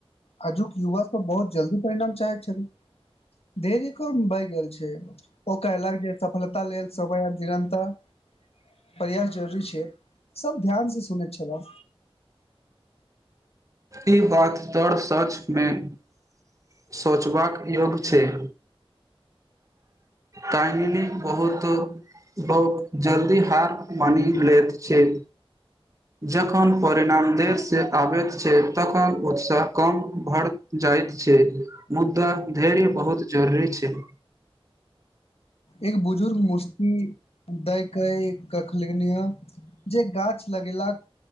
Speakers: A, on the left; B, on the right.
A: आजुक युवा सब बहुत जल्दी परिणाम चाहैत छथि धैर्य कम बए गेल छैय ओ कहलक जे सफलता लेल सबय निरंतर प्रयास जरुरी छैय। सब ध्यान से सुनैत छलहुँ।
B: ई बात तर सच में सोचबाक योग छैय तइ बहुत बहु जल्दी हार मानि लैत छैय। जखन परिणाम देरसँ आबैत छैय तखन उत्साह कम भढ़ जाइत छैय मुद्दा धैर्य बहुत जरूरी छैय।
A: एक बुजुर्ग मुस्ती दै क कखल जे गाछ लगेलाक